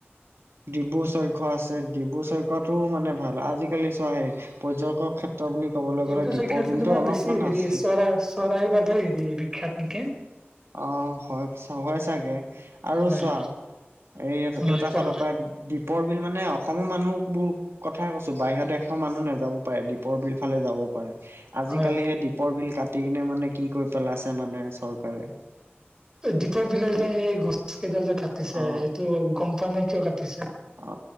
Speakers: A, on the right; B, on the right.
A: ডিব্ৰু চৈখোৱা আছে ডিব্ৰু চৈখোৱাটো মানে ভাল আজিকালি চোৱা হেই পৰ্যকৰ ক্ষেত্ৰ বুলি ক'বলৈ
B: ডিব্ৰু
A: গ'লে দ্বীপৰ
B: চৈখোৱাটো
A: বিলটো
B: তোমাৰ
A: অলপমান
B: বেছি হেৰি
A: আছিলে
B: চৰা চৰাইৰ বাবে হেৰি বিখ্যাত নেকি
A: অ হয়পছ হয় চাগে আৰু
B: হয়
A: চোৱা এই এ
B: অ
A: এটাৰ
B: কোৱা
A: ফালৰ পৰা ডিপ পৰ বিল মানে অসমৰ মানুহবোৰ কথাই কৈছো বাহিৰৰ দেশৰ মানুহ নেযাব পাৰে ডিপ পৰ বিল ফালে যাব পাৰে আজিকালি
B: হয়।
A: সেই দ্বীপৰ বিল কাটি কিনে মানে কি কৰি পেলাইছে মানে চৰকাৰে
B: দীপৰ বিল সেই গছ কেইডাল যে কাটিছে
A: অ
B: সেইটো গম পোৱা নে কিয় কাটিছে
A: অ